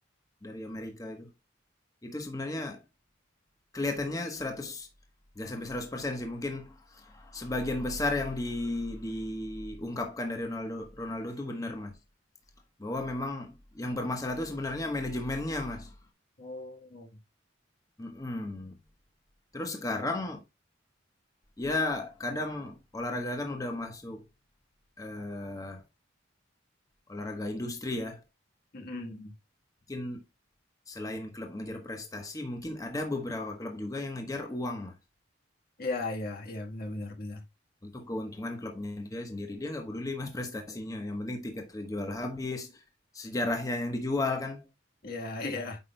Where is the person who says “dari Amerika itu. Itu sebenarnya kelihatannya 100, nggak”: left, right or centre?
Left